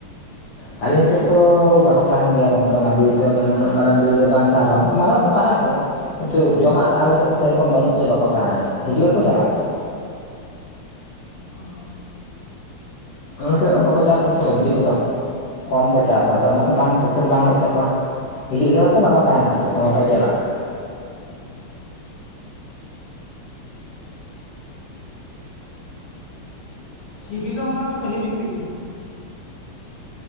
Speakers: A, on the left (about 85°); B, on the left (about 60°).
A: ᱟᱞᱤᱧ ᱥᱮᱫ ᱫᱚ ᱵᱟᱠᱚ ᱛᱟᱦᱮᱱ ᱜᱮᱭᱟ ᱜᱚᱝᱠᱮ᱾ ᱚᱱᱟ ᱵᱤᱨ ᱫᱮ ᱢᱟᱱᱮ ᱩᱱᱟᱹᱜ ᱢᱟᱨᱟᱝ ᱵᱤᱨ ᱫᱚ ᱵᱟᱝ ᱠᱟᱱ ᱨᱮᱦᱚᱸ ᱢᱟᱨᱟᱝ ᱫᱚ ᱢᱟᱨᱟᱝ ᱜᱮᱭᱟ᱾ ᱠᱤᱛᱩ ᱡᱚᱢᱟᱜ ᱟᱞᱮᱥᱮᱫ ᱥᱮᱨᱚᱠᱚᱢ ᱵᱟᱹᱱᱩᱜ ᱛᱮ ᱵᱟᱠᱚ ᱛᱟᱦᱮᱱᱟ ᱡᱟᱹᱱᱤᱡ, ᱦᱤᱡᱩᱜ ᱟᱠᱚ ᱪᱟᱞᱟᱜ ᱟᱠᱚ᱾
B: ᱚ᱾
A: ᱟᱞᱮ ᱥᱮᱫ ᱩᱱᱟᱹᱜ ᱵᱟᱠᱚ ᱪᱟᱥᱟᱥᱮ ᱥᱚᱵᱽᱡᱤ ᱠᱚᱫᱚ᱾ ᱠᱚᱢ ᱠᱚ ᱪᱟᱥᱟ ᱟᱫᱚ ᱚᱱᱟᱫᱚ ᱵᱟᱝ ᱯᱚᱯᱷᱤᱴ ᱵᱟᱝ ᱦᱩᱭᱩᱜ ᱛᱟᱠᱚᱣᱟ᱾ ᱦᱤᱡᱩᱜ ᱨᱮᱦᱚᱸ ᱠᱚ ᱵᱟᱠᱚ ᱛᱟᱦᱮᱱᱟ ᱟᱨᱠᱤ ᱥᱚᱸᱜᱮ ᱛᱮᱠᱚ ᱪᱟᱞᱟᱜᱼᱟ᱾
B: <inaudible> ᱦᱤᱨᱤ ᱫᱚ ᱢᱳᱴᱟ-ᱢᱩᱴᱤ ᱠᱚ ᱦᱤᱨᱤ ᱯᱮ ᱜᱮᱭᱟ!